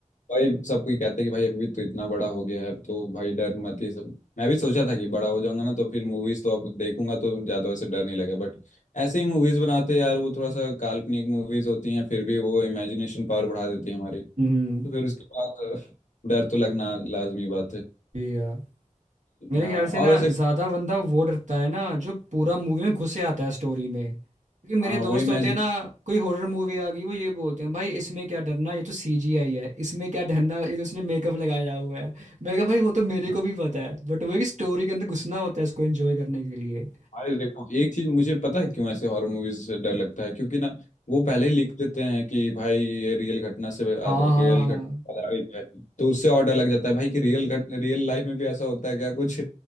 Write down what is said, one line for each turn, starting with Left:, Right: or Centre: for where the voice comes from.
Left: भाई सब कोई कहते हैं कि भाई अभी भी तो इतना बड़ा हो गया है अब तो भाई डर मत ये सब मैं भी सोचा था कि बड़ा हो जाऊंगा ना तो फिर मूवीज तो अब देखूंगा तो ज्यादा वैसे डर नहीं लगेगा बट ऐसे ही मूवीज बनाते हैं यार वो थोड़ा सा काल्पनिक मूवीज होती हैं फिर भी वो इमेजिनेशन पावर बढ़ा देती है हमारी तो
Right: हम्म
Left: फिर उसके बाद अ, डर तो लगना लाजमी बात है
Right: जी हाँ मेरे
Left: हाँ
Right: ख्याल से
Left: और
Right: ना
Left: वैसे
Right: ज्यादा बंदा वो डरता है ना जो पूरा मूवी में घुसे आता है स्टोरी में क्योंकि मेरे
Left: हाँ
Right: दोस्त
Left: वही मैं
Right: होते हैं ना कोई हॉरर मूवी आ गई वो ये बोलते हैं भाई इसमें क्या डरना ये तो सीजीआई है इसमें क्या डरना ये तो उसने मेकअप लगाया हुआ है मैं कहा भाई वो तो मेरे
Left: हाँ,
Right: को भी पता है बट वो है कि स्टोरी के अंदर घुसना होता है इसको एंजॉय करने के लिए
Left: अरे देखो एक चीज मुझे पता है क्यों ऐसे हॉरर मूवीज से डर लगता है क्योंकि ना वो पहले ही लिख देते हैं कि भाई ये रियल घटना से रियल
Right: हाँ हाँ हाँ।
Left: घट आधारित है तो उससे और डर लग जाता है भाई कि रियल घट रियल लाइफ में भी ऐसा होता है क्या कुछ